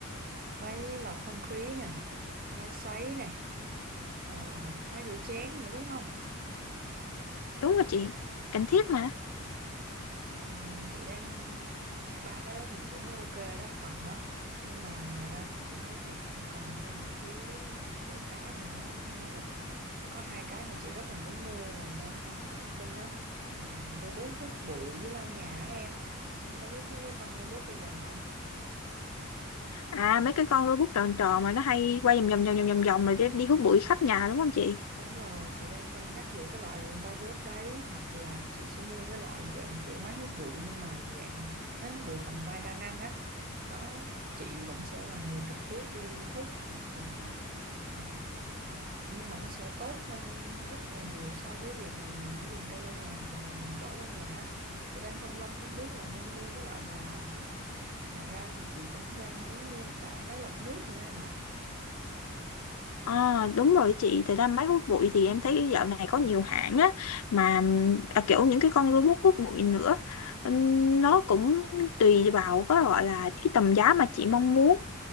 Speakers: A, on the right; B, on the left.
A: máy lọc không khí này máy sấy này ờ, máy rửa chén nữa đúng không
B: đúng rồi chị, cần thiết mà.
A: Ừm, chị đang ba cái đó thì chị thấy ok đó cần đó nhưng mà ngoài ra thì chị thấy chị cũng cần thêm một xíu một số cái nữa như là có hai cái mà chị rất là muốn mua và đang tham khảo thông tin đó là robot hút bụi với lau nhà á em em có biết mấy cái con robot bây giờ không
B: À mấy cái con robot tròn tròn mà nó hay quay vòng vòng vòng vòng vòng vòng rồi đi đi hút bụi khắp nhà đúng không chị?
A: Đúng rồi, chị đang cân nhắc giữa cái loại robot đấy hoặc là chị chỉ mua cái loại dạng kiểu máy hút bụi nhưng mà dạng máy hút bụi cầm tay đa năng á. Nó chị vẫn sẽ là người trực tiếp đi hút hoặc là ờ, nhưng mà nó sẽ tốt hơn rất là nhiều so với việc mà mình chỉ dùng cây lau nhà hoặc là dùng chổi lau nhà. á. Chị đang phân vân không biết là nên mua cái loại nào. Ngoài ra thì chị cũng đang muốn mua cả máy lọc nước nữa em ạ.
B: À, đúng rồi chị, thật ra máy hút bụi thì em thấy dạo này có nhiều hãng á mà ừm, à, kiểu những cái con robot hút bụi nữa Ừm, nó cũng tùy vào có gọi là cái tầm giá mà chị mong muốn